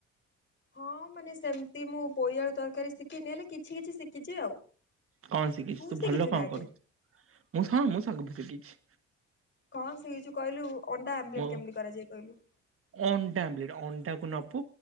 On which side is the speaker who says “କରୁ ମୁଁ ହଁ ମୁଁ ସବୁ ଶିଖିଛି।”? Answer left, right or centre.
Right